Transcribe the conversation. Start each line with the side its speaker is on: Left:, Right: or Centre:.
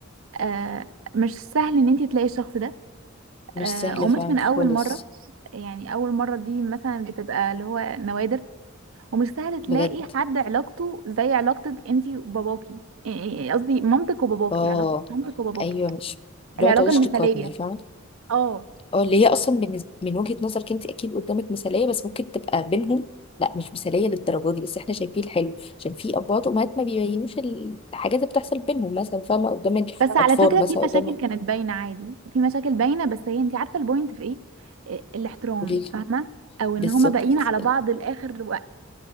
Right: آه مش سهل إن أنت تلاقي الشخص ده
Left: مش
Right: آه،
Left: سهل
Right: قمت
Left: فعلا
Right: من اول
Left: خالص
Right: مره يعني اول مره دي مثلا بتبقى اللي هو نوادر ومش سهل تلاقي
Left: بجد
Right: حد علاقته زي علاقتك انتي وباباكي إيه- إيه، إيه، قصدي مامتك وباباكي
Left: اه
Right: علاقه مامتك وباباكي
Left: ايوه مش اللي
Right: العلاقه
Left: هو تقعديش
Right: المثاليه
Left: تقارني فاهمة
Right: اه
Left: اه اللي هي اصلا بالنسبة من وجهة نظرك انت اكيد قدامك مثالية بس ممكن تبقى بينهم لا مش مثالية للدرجة دي بس احنا شايفين الحلو عشان في ابوات وامهات ما بيبينوش الحاجات اللي بتحصل بينهم مثلا فاهمة قدام
Right: بس على
Left: الاطفال
Right: فكره
Left: مثلا
Right: في مشاكل
Left: قدام
Right: كانت باينه عادي في مشاكل باينه بس هي انتي عارفه البوينت في ايه إيه، الاحترام
Left: قولي لي
Right: فاهمه او
Left: بالظبط
Right: ان هما باقيين على بعض لاخر وقت